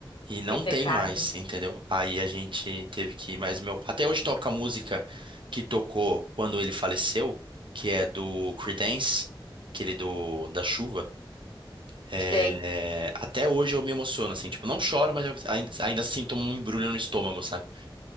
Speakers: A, on the right (about 70°); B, on the left (about 75°).
A: e não
B: Que pecado.
A: tem mais, entendeu? Aí a gente teve que, mas meu, até hoje toca a música que tocou quando ele faleceu, que é do Creedence, aquele do, da chuva, é,
B: Sei.
A: até hoje eu me emociono, assim, tipo, não choro, mas eu ainda, ainda sinto um embrulho no estômago, sabe?